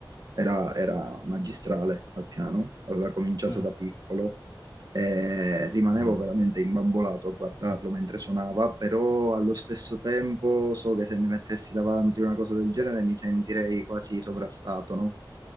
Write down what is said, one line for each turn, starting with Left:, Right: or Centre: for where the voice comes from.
Right: Era, era magistrale al piano, aveva cominciato
Left: mm,
Right: da piccolo e rimanevo
Left: mm,
Right: veramente imbambolato a guardarlo
Left: mm,
Right: mentre suonava, però allo stesso tempo so che se mi mettessi davanti una cosa del genere mi sentirei quasi sovrastato, no?